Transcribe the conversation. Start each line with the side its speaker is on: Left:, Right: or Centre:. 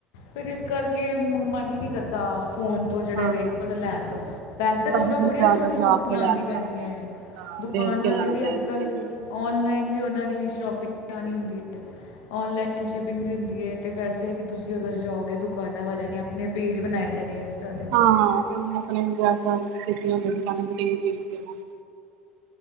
Left: ਫਿਰ ਇਸ ਕਰਕੇ ਮ ਮਨ ਈ ਨੀ ਕਰਦਾ ਫੋਨ ਤੋਂ ਜਿਹੜਾ
Right: ਹਾਂ
Left: ਏ
Right: ਹਾਂ
Left: ਵੇਖੋ ਤੇ ਲੈਣ ਤੋ ਵੈਸੇ ਫੋਟੋਆਂ
Right: ਤਾਂ
Left: ਬੜੀਆਂ
Right: ਜ਼ਿਆਦਾ
Left: ਸੋਹਣੀਆਂ-ਸੋਹਣੀਆਂ
Right: ਸ਼ਰਾਬ ਤੋਂ ਲੈ
Left: ਆਂਦੀ
Right: ਕੇ
Left: ਰਹਿੰਦੀਆਂ
Right: ਜਾਣਾ ਚਾਹੀਦਾ
Left: ਐ।
Right: ਹਾਂ
Left: ਦੁਕਾਨ
Right: ਦੇਖ ਕੇ
Left: ਵਾਲੇ
Right: ਲੈਣਾ
Left: ਵੀ
Right: ਚਾਹੀਦਾ
Left: ਅੱਜ-ਕੱਲ੍ਹ।
Right: ਚੀਜ਼ ਵਗੈਰਾ
Left: ਔਨਲਾਈਨ ਵੀ ਉਹਨਾਂ ਨੇ ਸ਼ੋਪਿੰਗ <unintelligible> ਹੁੰਦੀ ਏ, ਔਨਲਾਈਨ ਸ਼ਿਪਿੰਗ ਵੀ ਹੁੰਦੀ ਏ। ਤੇ ਵੈਸੇ ਵੀ ਤੁਸੀਂ ਅਗਰ ਜਾਓਗੇ ਦੁਕਾਨਾਂ ਵਾਲਿਆਂ ਨੇ ਆਪਣੇ ਪੇਜ ਬਣਾਏ ਦੇ ਨੇ। ਤੇ
Right: ਹਾਂ <unintelligible>